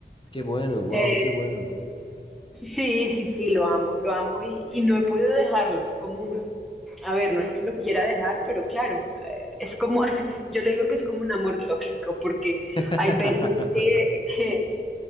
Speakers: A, on the left; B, in the centre.
A: qué bueno, wow,
B: Eh,
A: qué bueno.
B: Sí, sí, sí, lo amo, lo amo y, y no he podido dejarlo, es como un, a ver, no es que lo quiera dejar, pero claro, eh, es como, <laughs> yo le digo que es como un amor tóxico, porque
A: <laughs>
B: hay veces que, que,